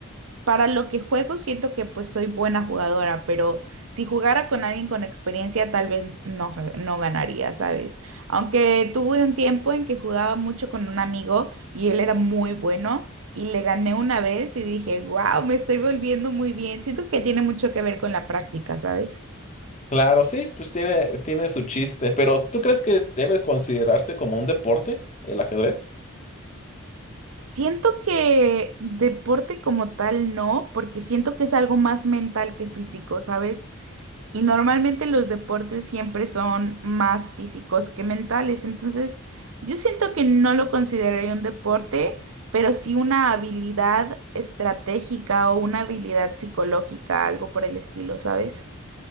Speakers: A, on the right; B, on the left.
A: para lo que juego, siento que pues soy buena jugadora, pero si jugara con alguien con experiencia, tal vez no, no ganaría, ¿sabes? Aunque tuve un tiempo en que jugaba mucho con un amigo y él era muy bueno y le gané una vez y dije, wow, me estoy volviendo muy bien. Siento que tiene mucho que ver con la práctica, ¿sabes?
B: Claro, sí, pues tiene, tiene su chiste, pero ¿tú crees que debe considerarse como un deporte el ajedrez?
A: Siento que deporte como tal no, porque siento que es algo más mental que físico, ¿sabes? Y normalmente los deportes siempre son más físicos que mentales, entonces yo siento que no lo consideraría un deporte, pero sí una habilidad estratégica o una habilidad psicológica, algo por el estilo, ¿sabes?